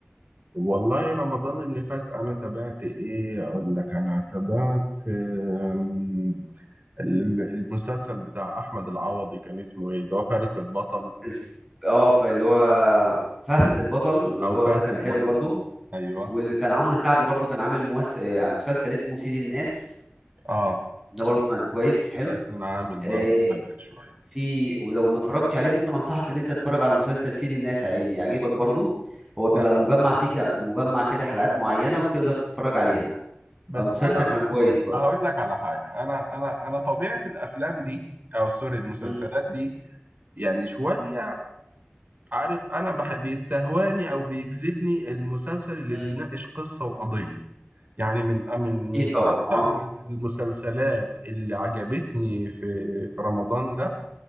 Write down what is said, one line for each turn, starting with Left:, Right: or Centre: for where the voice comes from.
Right: والله رمضان اللي فات انا تابعت ايه اقول لك انا تابعت آم، ال- المسلسل بتاع احمد العوضي كان اسمه ايه اللي هو فارس البطل
Centre: الف... اه ف- اللي هو فهد البطل اللي
Right: او
Centre: هو
Right: فهد
Centre: ده كان
Right: البطل
Centre: حلو برضو
Right: ايوه
Centre: واللي كان عمرو سعد برضو كان عامل ممس... آه، مسلسل اسمه سيد الناس
Right: اه
Centre: ده برضو كان كويس حلو
Right: ده كان عامل
Centre: آه،
Right: برضه ضجة شوية
Centre: في ولو ما اتفرجتش عليه ممكن انصحك ان انت تتفرج على مسلسل سيد الناس هيعجبك برضو هو بيبقى
Right: لا
Centre: مجمع فيه ك- مجمع كده حلقات معينة وبتقدر تتفرج عليها
Right: بس
Centre: فالمسلسل
Right: انا
Centre: كان كويس برضه
Right: هقول لك على حاجه انا انا انا طبيعه الافلام دي او سوري المسلسلات
Centre: مم.
Right: دي يعني شويه عارف انا بح- بيستهواني او بيجذبني المسلسل اللي
Centre: مم.
Right: بيناقش قصه وقضيه يعني من من
Centre: اكيد
Right: من
Centre: طبعا
Right: اكتر
Centre: اه
Right: المسلسلات اللي عجبتني في في رمضان ده